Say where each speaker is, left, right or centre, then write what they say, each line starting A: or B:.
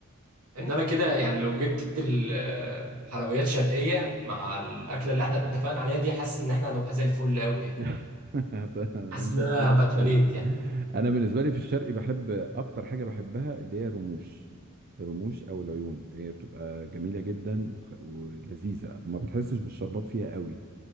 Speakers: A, on the right (about 85°); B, on the right (about 45°).
A: إن أنا كده يعني لو جبت الحلويات شرقية مع الأكلة اللي إحنا اتفقنا عليها دي حاسس إن إحنا هنبقى زي الفل أوي يعني
B: <laughs> انضبط
A: حاسس إن أنا هبقى اتمليت
B: قوي
A: يعني
B: انا بالنسبه لي في الشرقي بحب اكتر حاجه بحبها اللي هي رموش الرموش او العيون هي بتبقى جميله جدا وخ... ولذيذه ما بتحسش بالشربات فيها قوي